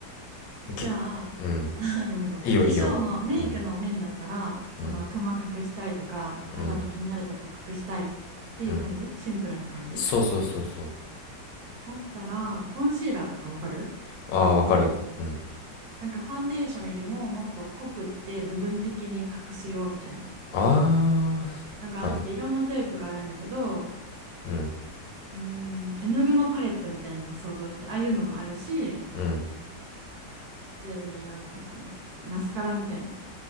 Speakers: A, on the right; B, on the left.
A: そうじゃああ
B: えき、うん。
A: <laughs> ごめんごめん化粧のメイクの面だったらそのクマ隠したいとか肌の気になるとこ隠したいっていう感じシンプルな感じ
B: いいよ、いいよ。うん、うん、うん、うん。そうそうそうそう。
A: だったらコンシーラーとかわかる
B: ああ、わかる。うん。
A: なんかファンデーションよりももっと濃くって部分的に隠すよみたいな
B: あ
A: のがあっていろんなタイプがあるんだけど
B: あ、はい。うん、
A: うーん絵の具のパレットみたいなの想像してああいうのもあるし
B: うん、
A: 普通になんていうのかなマスカラみたいな